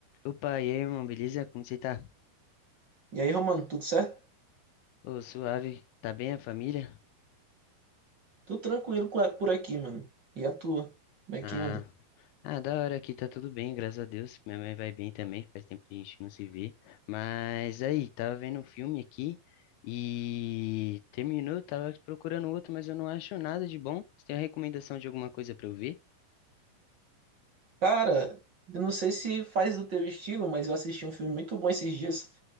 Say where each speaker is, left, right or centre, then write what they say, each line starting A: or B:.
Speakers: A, on the left; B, on the right.
A: Opa, e aí, irmão, beleza? Como você tá?
B: E aí, Romano, tudo certo?
A: Ô, suave. Tá bem a família?
B: Tudo tranquilo com- por aqui, mano. E a tua? Como é
A: Ah,
B: que anda?
A: ah, da hora aqui, tá tudo bem, graças a Deus. Minha mãe vai bem também, faz tempo que a gente não se vê. Mas aí, tava vendo um filme aqui e terminou, tava procurando outro, mas eu não acho nada de bom. Você tem a recomendação de alguma coisa pra eu ver?
B: Cara, eu não sei se faz do teu estilo, mas eu assisti um filme muito bom esses dias,